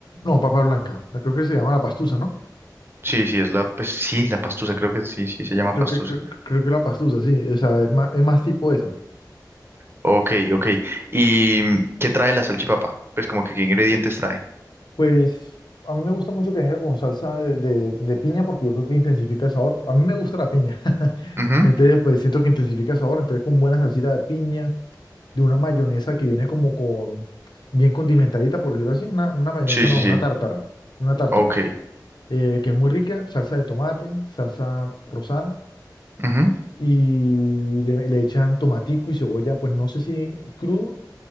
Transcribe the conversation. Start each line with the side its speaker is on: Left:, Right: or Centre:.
Left: No, papa blanca, creo que se llama la pastusa, ¿no?
Right: Sí, sí, es la, pues sí, la pastusa, creo que sí, sí, se llama
Left: Creo
Right: pastusa.
Left: que, creo, creo que la pastusa, sí, o sea, es más, es más tipo esa.
Right: Ok, ok. ¿Y mm, qué trae la salchipapa? Pues como que qué ingredientes trae.
Left: Pues a mí me gusta mucho que venga con salsa de, de- de piña porque yo creo que intensifica el sabor. A mí me gusta la piña. <laughs>
Right: Ujú.
Left: Entonces, pues siento que intensifica el sabor. Entonces, con buena salsita de piña, de una mayonesa que viene como con, bien condimentadita, por decirlo así. Una, una mayonesa,
Right: Sí, sí,
Left: no,
Right: sí.
Left: una tártara. Una tártara.
Right: Ok.
Left: eh, que es muy rica, salsa de tomate, salsa rosada.
Right: Ujú,
Left: Y le, le echan tomatico y cebolla, pues no sé si crudo